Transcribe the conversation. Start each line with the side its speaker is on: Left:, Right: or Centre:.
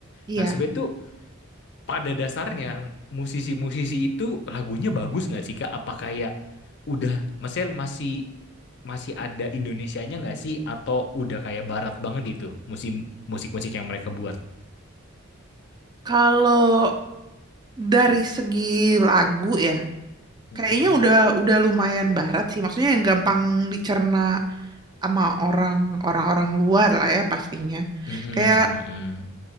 Right: iya.
Left: Nah, sebenernya tuh pada dasarnya musisi-musisi itu lagunya bagus nggak sih Kak? Apa kayak udah maksudnya masih masih ada Indonesianya nggak sih atau udah kayak barat banget itu musim musik-musik yang mereka buat?
Right: Kalau dari segi lagu ya
Left: Mm-mm.
Right: kayaknya udah udah lumayan barat sih maksudnya yang gampang dicerna sama orang orang-orang luar lah ya pastinya
Left: Mm-mm,
Right: kayak
Left: mm-mm,